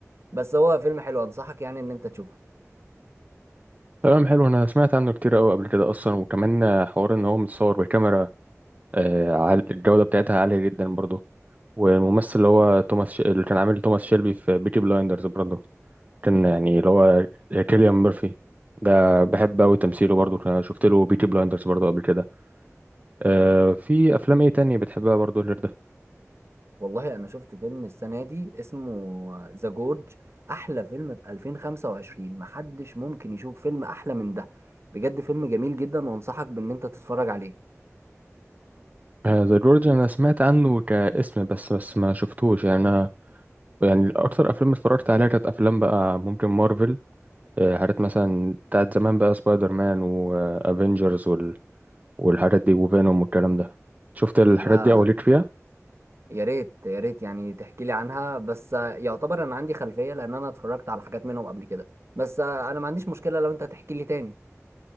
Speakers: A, on the right; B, on the right.
A: بس هو فيلم حلو أنصحك يعني إن أنت تشوفه
B: تمام حلو انا سمعت عنه كتير قوي قبل كده اصلا وكمان آه، حوار ان هو متصور بكاميرا أه عال- الجودة بتاعتها عالية جدا برضه والممثل اللي هو توماس ش... اللي كان عامل توماس شيلبي في بيكي بلايندرز برضه كان يعني اللي هو كيليان ميرفي ده بحب قوي تمثيله برضه شفت له بيكي بلايندرز برضه قبل كده آه في افلام ايه تانية بتحبها برضو غير ده
A: والله أنا شفت فيلم السنة دي اسمه ذا جورج أحلى فيلم في 2025 محدش ممكن يشوف فيلم أحلى من ده بجد فيلم جميل جدا وأنصحك بإن أنت تتفرج عليه
B: ذا جورج انا سمعت عنه كاسم بس بس ما شفتوش يعني انا يعني اكتر افلام اتفرجت عليها كانت افلام بقى ممكن مارفل آه، حاجات مثلا بتاعت زمان بقى سبايدر مان وافنجرز وال... والحاجات دي وفينوم والكلام ده شفت الحاجات
A: لا
B: دي او ليك فيها
A: يا ريت يا ريت يعني تحكي لي عنها بس آه، يعتبر انا عندي خلفية لان انا اتفرجت على حاجات منهم قبل كده بس آه، انا ما عنديش مشكلة لو انت تحكي لي تاني